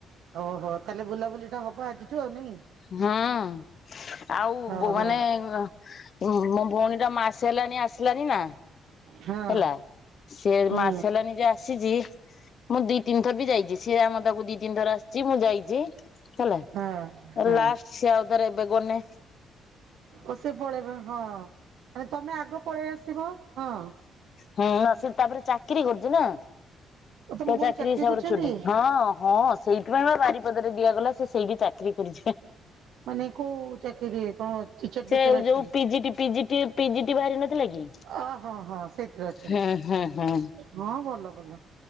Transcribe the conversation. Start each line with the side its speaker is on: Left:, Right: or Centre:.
Right: ଓହୋ ତାହେଲେ ବୁଲା ବୁଲିଟା ହବ? ଆଜିଠୁ ଆଉ ନାଇଁ
Left: ହୁଁ ଆଉ
Right: ଓହୋ
Left: ମାନେ <unintelligible> ମୋ ଭଉଣୀ ଟା ମାସେ ହେଲାଣି ଆସିଲାନି ନା
Right: ହଁ।
Left: ହେଲା ସେ
Right: ହୁଁ
Left: ମାସେ ହେଲା ନିଜେ ଆସିଛି। ମୁଁ ଦି ତିନିଥର ବି ଯାଇଛି ସିଏ ଆମ ଦ ତାକୁ ଦି ତିନି ଥର ଆସିଛି ମୁଁ ଯାଇଛି। ହେଲା
Right: ହଁ ହଁ
Left: ଲାଷ୍ଟ ସେ ଆଉଦରେ ବେଗନେ।
Right: ଓ ସେ ପଳେଇବେ ହଁ ମାନେ ତମେ ଆଗ ପଳେଇ ଆସିବ ହଁ।
Left: ହୁଁ ସେ ତାପରେ ଚାକିରି କରୁଛି ନା।
Right: ଓ ତମ
Left: ତ
Right: ଭଉଣୀ
Left: ଚାକିରି ହିସାବରେ
Right: କରିଛନ୍ତି?
Left: ଛୁଟି ହଁ ହଁ। ସେଇଥିପାଇଁ ବା ବାରିପଦାରେ ଦିଆଗଲା ସେ ସେଇଠି ଚାକିରି କରିଛି।
Right: ମାନେ କୋଉ ଚାକିରି କଣ? ଟିଚର
Left: ସେଉ
Right: ଫିଚର ଅଛନ୍ତି?
Left: ଯୋଉ ପିଜିଟି ପିଜିଟି ପିଜିଟି ବାହାରିିନ ନଥିଲାକି
Right: ଅ ହଁ ହଁ ସେଇଥିରେ ଅଛନ୍ତି
Left: ହୁଁ ହୁଁ ହୁଁ।
Right: ହଁ ଭଲ ଭଲ।